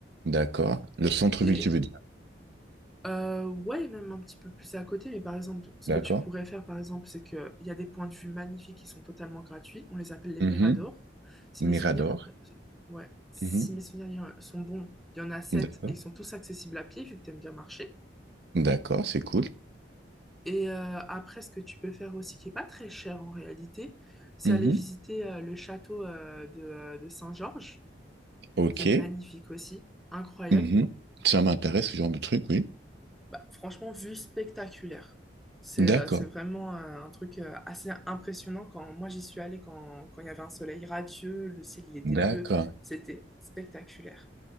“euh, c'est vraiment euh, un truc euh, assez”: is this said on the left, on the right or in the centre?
Centre